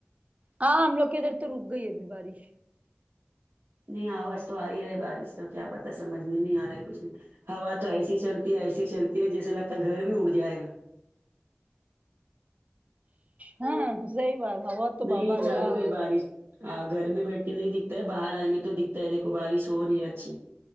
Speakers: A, on the right; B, on the right.
A: ہاں ہم لوگ کے ادھر تو رک گئی ابھی بارش
B: نہیں آواز تو آ ہی رہا بارش کا کیا پتا سمجھ میں نہیں آ رہا ہے کچھ بھی ہوا تو ایسی چلتی ہے ایسی چلتی ہے جیسے لگتا ہے گھر بھی اورڈ جائے گا
A: ہاں صحیح بات ہوا تو
B: نہیں
A: بابا اللہ
B: چالو ہے بارش گھر میں بیٹھ کے نہیں دکھتا ہے باہر آئنگے تو دکھتا ہے دیکھو بارش ہو رہی ہے اچھی